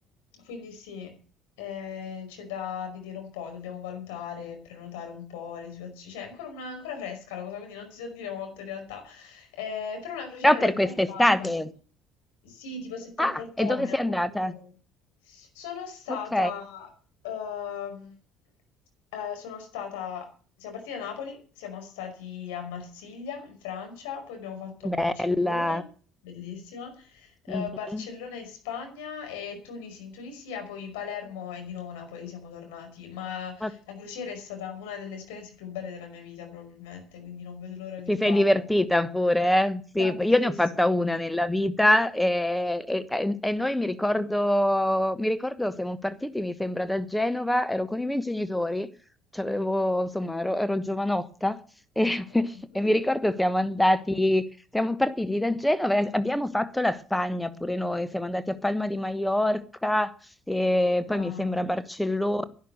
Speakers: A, on the left; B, in the centre.
A: quindi sì, eh, c'è da vedere un po', dobbiamo valutare, prenotare un po' le situazioni. Cioè, è ancora, una- ancora fresca la cosa, quindi non ti so dire molto in realtà. Eh, però una crociera
B: Però
A: l'ho
B: per
A: già
B: quest'estate.
A: fatta. Sì, tipo settembre-ottobre,
B: Ah, e dove sei
A: un
B: andata?
A: po' più comodo. Sono stata,
B: Ok,
A: ehm, eh, sono stata, siamo partiti da Napoli, siamo stati a Marsiglia, in Francia, poi abbiamo fatto Barcellona,
B: bella.
A: bellissima eh,
B: Mhm.
A: Barcellona in Spagna e Tunisi in Tunisia, poi Palermo e di nuovo Napoli siamo tornati, ma
B: Ok.
A: la crociera è stata una delle esperienze più belle della mia vita probabilmente, quindi non vedo l'ora di
B: Ti
A: rifarla.
B: sei divertita pure, eh? Sì,
A: Tantissimo.
B: io ne ho fatta una nella vita e, e- e- e noi mi ricordo, mi ricordo siamo partiti, mi sembra, da Genova, ero con i miei genitori, c'avevo, insomma, ero, ero giovanotta e,
A: <laughs>
B: <laughs> e mi ricordo siamo andati, siamo partiti da Genova e abbiamo fatto la Spagna pure noi, siamo andati a Palma di Maiorca e
A: Ah,
B: poi mi sembra Barcellona.